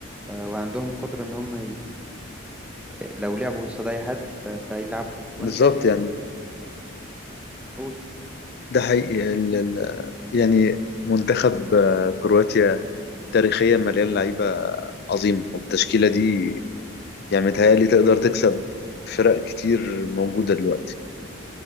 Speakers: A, in the centre; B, on the left (about 50°).
A: آه، وعندهم قدرة إن هم لو لعبوا قصاد اي حد ف- فهيلعبوا وانا
B: بالظبط
A: شايف مثلا
B: يعني
A: قول
B: ده حقيقي ال- ال- يعني منتخب آه، كرواتيا تاريخيا مليان لعيبة عظيم والتشكيلة دي يعني متهيألي تقدر تكسب فرق كتير موجودة دلوقتي